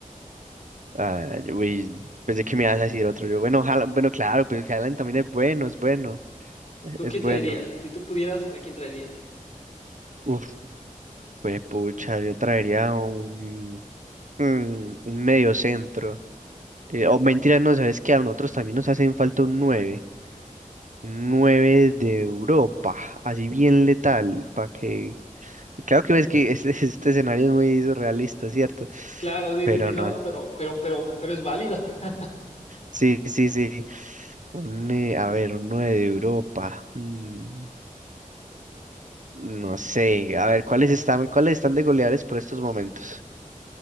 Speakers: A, on the right (about 60°); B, on the left (about 50°).
A: Ah, yo- uy, pensé que me ibas a decir otro. Yo, bueno, Haaland, bueno, claro, pues Haaland también es bueno, es bueno,
B: ¿Tú
A: es
B: quién
A: bueno.
B: traerías? Si tú pudieras, ¿a quién traerías?
A: Uf, pues pucha, yo traería un, mm, un medio centro. Eh, o mentira, no, ¿sabes qué? A nosotros también nos hacen falta un nueve un 9 de Europa, así bien letal, para que... Claro que ves que este, <laughs> este escenario es muy surrealista, ¿cierto?
B: Claro, sí,
A: Pero
B: sí, sí, no,
A: no, eh,
B: pero, pero, pero, pero es válido. <laughs>
A: sí, sí, sí. Un, eh, a ver, un 9 de Europa. mm, No sé, a ver, ¿cuáles están, cuáles están de goleadores por estos momentos?